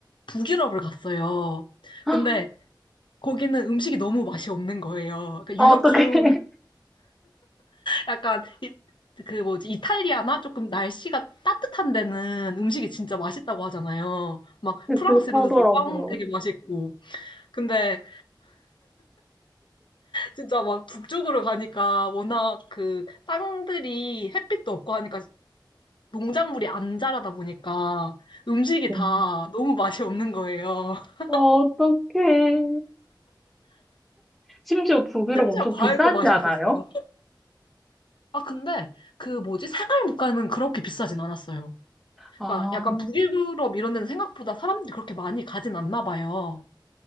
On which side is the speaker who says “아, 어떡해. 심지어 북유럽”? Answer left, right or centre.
Centre